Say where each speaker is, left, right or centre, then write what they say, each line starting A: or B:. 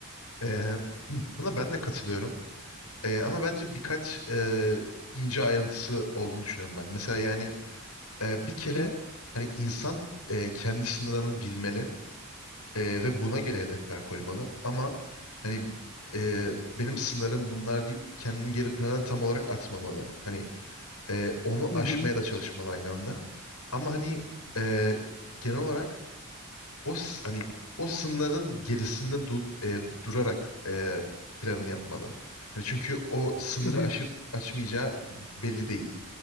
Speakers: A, on the left; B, on the left.
A: Ee, <clears throat> buna ben de katılıyorum. Ee, ama bence birkaç e, ince ayrıntısı olduğunu düşünüyorum ben. Mesela yani e, bir kere
B: Hı hı,
A: hani insan e, kendi sınırlarını bilmeli e, ve buna göre hedefler koymalı. Ama hani e, benim sınırım bunlar deyip kendini geri plana tam olarak atmamalı. Hani e, onu
B: hı
A: aşmaya
B: hı,
A: da çalışmalı aynı anda. Ama hani e, genel olarak o s- hani o sınırların gerisinde du- e, durarak e, planını yapmalı. Hani çünkü o sınırı
B: hı hı,
A: aşıp açmayacağı belli değil.